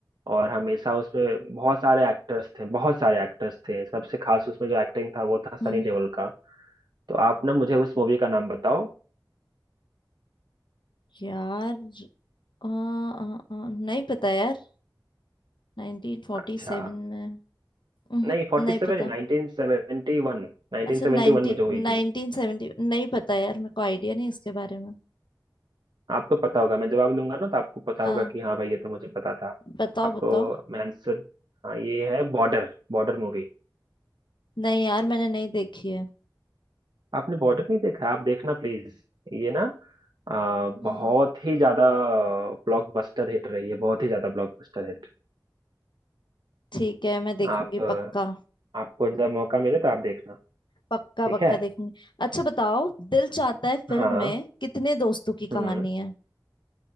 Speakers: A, on the right; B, on the left.
A: और हमेशा उसमें बहुत सारे एक्टर्स थे बहुत सारे एक्टर्स थे सबसे खास उसमें जो एक्टिंग था वो था सनी
B: हम्म
A: देओल का तो आप ना मुझे उस मूवी का नाम बताओ
B: यार आ, आ, आ, नहीं पता यार 1947
A: अच्छा
B: में उहुं,
A: नहीं फोर्टी
B: नहीं
A: सेवन
B: पता
A: नाइनटीन सेवेंटी वन नाइनटीन
B: अच्छा 19
A: सेवेंटी वन में जो हुई
B: 1970
A: थी
B: नहीं पता यार मेरे को आइडिया नहीं इसके बारे में
A: आपको पता होगा मैं जवाब लूंगा ना तो आपको पता
B: हाँ
A: होगा कि हाँ भाई ये तो मुझे पता था
B: बताओ
A: आपको
B: बताओ
A: मैं आंसर हाँ ये है बॉर्डर बॉर्डर मूवी
B: नहीं यार मैंने नहीं देखी है
A: आपने बॉर्डर नहीं देखा है? आप देखना प्लीज ये ना आ, बहुत
B: हम्म
A: ही ज्यादा ब्लॉकबस्टर हिट रही है बहुत ही ज्यादा ब्लॉकबस्टर हिट
B: ठीक है मैं देखूंगी
A: आप आ,
B: पक्का
A: आपको जब मौका मिले तो आप देखना
B: पक्का
A: ठीक
B: पक्का
A: है
B: देखूंगी अच्छा बताओ दिल चाहता है फिल्म
A: हाँ
B: में कितने दोस्तों की
A: हम्म
B: कहानी है